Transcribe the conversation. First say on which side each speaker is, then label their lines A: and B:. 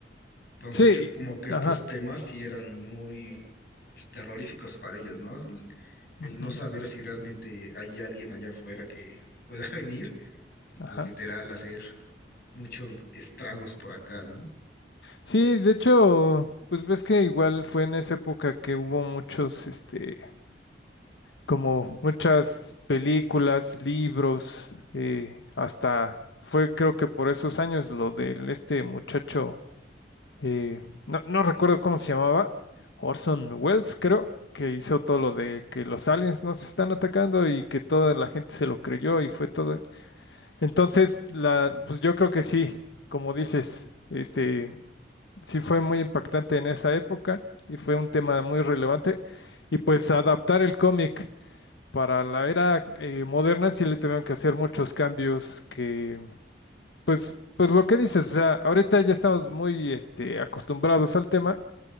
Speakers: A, on the left; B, on the left.
A: entonces
B: Sí,
A: como que estos
B: ajá.
A: temas sí eran muy pues, terroríficos para ellos, ¿no? El, el
B: ujú,
A: no saber si realmente hay alguien allá afuera que pueda <laughs> venir y
B: Ajá.
A: pues literal hacer muchos estragos por acá, ¿no?
B: Sí, de hecho, pues ves que igual fue en esa época que hubo muchos, este, como muchas películas, libros, eh, hasta fue creo que por esos años lo del este muchacho, eh, no, no recuerdo cómo se llamaba, Orson Welles creo, que hizo todo lo de que los aliens nos están atacando y que toda la gente se lo creyó y fue todo. Entonces, la, pues yo creo que sí, como dices, este sí fue muy impactante en esa época y fue un tema muy relevante. Y pues adaptar el cómic para la era eh, moderna sí le tuvieron que hacer muchos cambios que, pues, pues lo que dices, o sea, ahorita ya estamos muy este, acostumbrados al tema,